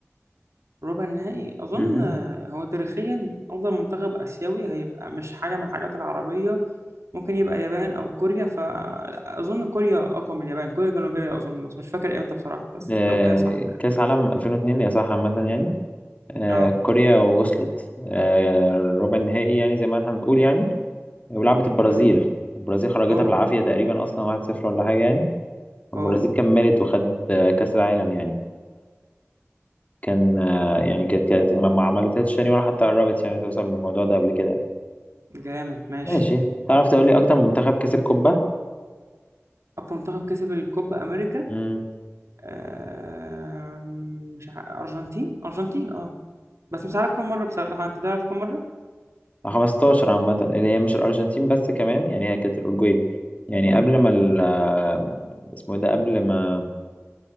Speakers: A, on the right (about 70°); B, on the left (about 30°).
A: ربع النهائي اظن
B: مهم.
A: آه، هو تاريخيا افضل منتخب اسيوي هيبقى مش حاجه من الحاجات العربيه ممكن يبقى يابان او كوريا فاظن كوريا اقوى من اليابان كوريا الجنوبيه اظن بس مش فاكر امتى بصراحه بس
B: أه...
A: لو هي صح
B: كأس عالم 2002 يا صح عامة يعني أه...
A: اه
B: كوريا وصلت أه... ربع النهائي يعني زي ما احنا بنقول يعني ولعبت البرازيل
A: امم
B: البرازيل خرجتها
A: اوه
B: بالعافية تقريبا أصلا واحد صفر ولا حاجة يعني البرازيل
A: اوه
B: كملت وخدت آه، كأس العالم يعني فكان آه، يعني كانت كانت ما ما عملتهاش تاني ولا حتى قربت يعني توصل من الموضوع ده قبل كده يعني
A: جامد ماشي
B: ماشي تعرف تقول لي أكتر منتخب كسب قبة؟
A: أقوى منتخب كسب الكوبا أمريكا
B: امم
A: آم، مش ع... أرجنتين أرجنتين أه بس مش عارف كم مرة بصراحة أنت تعرف كم مرة؟
B: 15 عامة اللي هي مش الأرجنتين بس كمان يعني هي كانت الأورجواي يعني قبل ما ال آه، اسمه إيه ده قبل ما